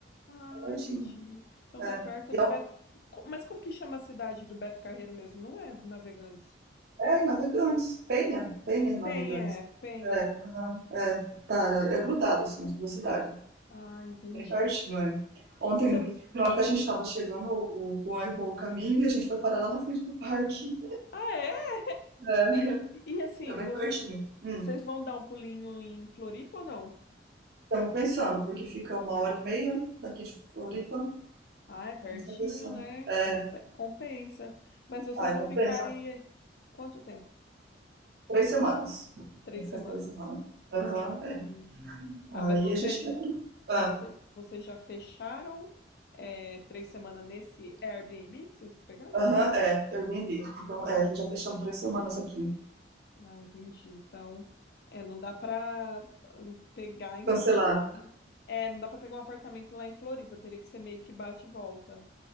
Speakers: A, on the left (about 55°); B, on the right (about 55°).
A: Ah,
B: Tá Pertinho.
A: entendi. Então
B: É.
A: tá perto
B: E
A: do
B: ao-
A: Beto. Co- Mas como que chama a cidade do Beto Carreiro mesmo? Não é Navegantes.
B: é, Navegantes, Penha, Penha em Navegantes.
A: Penha, é, Penha.
B: É, aham, é, tá, é grudado, assim, as duas cidades,
A: Ah, entendi.
B: bem pertinho, é. Ontem,
A: Isso
B: inclusive,
A: é...
B: na hora que a gente estava chegando, o o Juan errou o caminho e a gente foi parar lá na frente do parque,
A: Ah, é?
B: é
A: E assim,
B: é bem
A: voc-
B: pertinho. Hum.
A: vocês vão dar um pulinho em Floripa ou não?
B: Estamos pensando, porque fica uma hora e meia daqui de Floripa.
A: Ah, é pertinho,
B: A gente está pensando.
A: né?
B: É,
A: Com- Compensa. Mas vocês
B: ai,
A: vão
B: compensa?
A: ficar aí eh, quanto tempo?
B: Três semanas. Vamos
A: Três
B: ficar
A: semanas.
B: três semanas. Aham,
A: Uhum.
B: é.
A: Tá, mas
B: Aí
A: você,
B: a gente quer. Ah,
A: você, vocês já fecharam é, três semanas nesse Airbnb que vocês pegaram?
B: aham, é. Eu entendi. Então, é, já fechamos três semanas aqui.
A: Ah, entendi. Então, é, não dá para pegar, então,
B: Cancelar.
A: apar- hum, é, não dá para pegar um apartamento lá em Floripa, teria que ser meio que bate e volta.